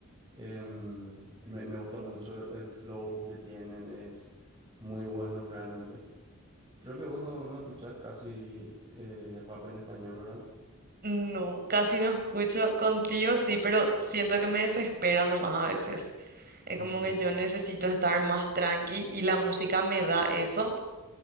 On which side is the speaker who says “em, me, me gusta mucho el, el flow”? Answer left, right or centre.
Right